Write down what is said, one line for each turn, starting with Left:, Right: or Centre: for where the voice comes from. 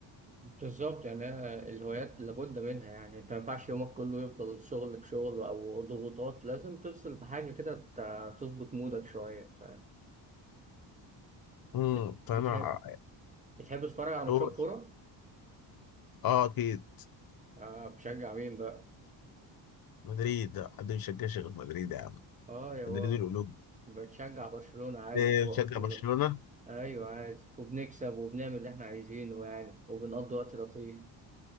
Right: بالظبط يعني أنا الهوايات لابد منها يعني انت ما ينفعش يومك كله يفضل شغل في شغل او ضغوطات لازم تفصل بحاجه كده ت- تظبط مودك شويه ف-
Left: امم
Right: بت-
Left: فأنا
Right: بتحب بتحب تتفرج على ماتشات
Left: أقول
Right: كوره؟
Left: أه أكيد
Right: اه بتشجع مين بقى؟
Left: مدريد حد مش شجعش غير مدريد يا عم
Right: اه يا
Left: مدريد
Right: بابا
Left: القلوب
Right: بتشجع برشلونه عادي
Left: آه،
Right: فوق
Left: بشجع
Right: في اللون
Left: برشلونة
Right: ايوه عادي وبنكسب وبنعمل اللي احنا عايزينه يعني وبنقضي وقت لطيف